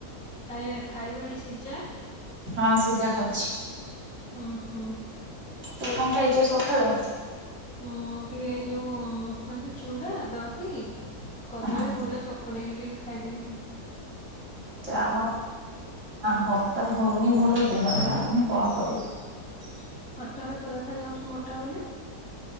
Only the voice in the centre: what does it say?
ଖାଇ ଖାଇବଣି ସିଝା?
ହୁଁ ହୁଁ।
ହଁ ଟିକେ ଏଇ ଯୋଉ କଣ ତ ଚୁଡା ଦହି କଦଳୀ
ଗୁଡ ଚକଡି କି ଟିକେ ଖାଇଦେଇଛି।
ଫୋଟରେ ତ ଦେଖାଯାଉଛି ମୋଟା ବୋଲି?